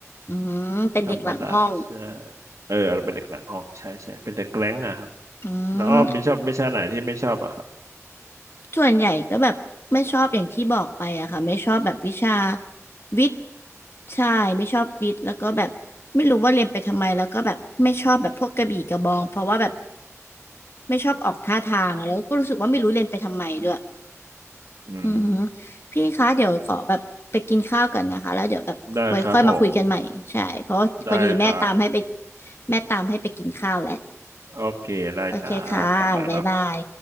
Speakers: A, on the left (about 50°); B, on the right (about 85°).
A: อืมเป็นเด็กหลังห้อง
B: ธรรมดาใช่เออเราเป็นเด็กหลังห้องใช่ใช่เป็นเด็กแกล้งอะครับ
A: อืม
B: แล้วอ้อมมีชอบวิชาไหนที่ไม่ชอบอะครับ
A: ส่วนใหญ่ก็แบบไม่ชอบอย่างที่บอกไปอะค่ะไม่ชอบแบบวิชาวิทย์ใช่ไม่ชอบวิทย์แล้วก็แบบไม่รู้ว่าเรียนไปทำไมแล้วก็แบบไม่ชอบแบบพวกกระบี่กระบองเพราะว่าแบบไม่ชอบออกท่าทางอะแล้วก็รู้สึกว่าไม่รู้เรียนไปทำไมด้วย
B: อืม
A: อือหือพี่คะเดี๋ยวขอแบบไปกินข้าวกันนะคะแล้วเดี๋ยวแบบไว้ค่อยมาคุยกันใหม่ใช่เพราะว่าพอดีแม่ตามให้ไป
B: ได้ครับผมได้ครับ
A: แม่ตามให้ไปกินข้าวแล้ว
B: โอเคได้จ้าบ๊ายบายครับ
A: โอเคค่ะบ๊ายบาย